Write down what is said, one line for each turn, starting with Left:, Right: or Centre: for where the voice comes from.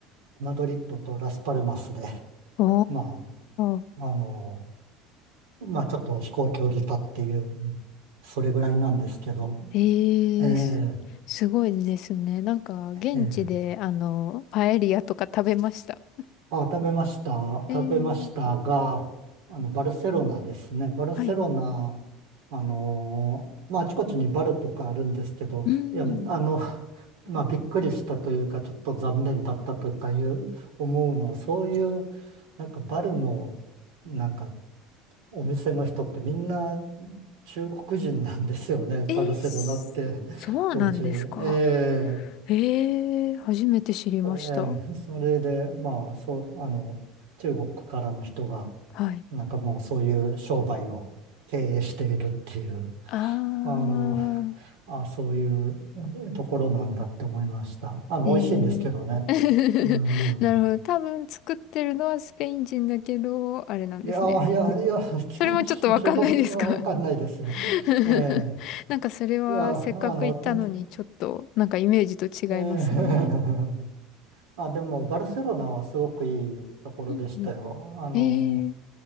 Right: マドリッドとラスパルマスで、<laughs>
Left: お
Right: ま
Left: ー
Right: あ、あの、まあ、ちょっと飛行距離だっていう、それぐらいなんですけど、
Left: ええす、
Right: ええ
Left: すごいですね。なんか、現地で、
Right: ええ
Left: あの、パエリアとか食べました。
Right: あ、食べました。
Left: ええ
Right: 食べましたが、あの、バルセロナですね。バルセロナ、
Left: はい。
Right: あのーまあ、あちこちにバルとかあるんですけど、
Left: うん。
Right: いや、あの、<laughs> まあ、びっくりしたというか、ちょっと残念だったとかいう、思うのは、そういう、なんかバルの、なんか、お店の人ってみんな中国人なんですよね。バルセロナって、
Left: ええすそうなんですか。
Right: 当時。ええ
Left: ええ初めて知りました。
Right: ええそれで、まあ、そう、あの、中国からの人が、
Left: はい。
Right: なんかもうそういう商売を経営しているっていう、
Left: あー、
Right: あの、あ、そういううんところなんだって思いました。あの、
Left: ええ
Right: 美味しいんですけどね。
Left: <laughs>
Right: うん。
Left: なるほど。多分作ってるのはスペイン人だけど、あれなんですね。
Right: いやー、いや、いや、<laughs> ち中国語はわかんないです。
Left: それもちょっとわかんないですか <laughs>
Right: ええ
Left: なんかそれはせっかく行ったのにちょっとなんかイメージと違いますね。
Right: いや、あの、てええ <laughs> あ、でも、バルセロナはすごくいいところでしたよ。
Left: うんうん。
Right: あの、
Left: ええ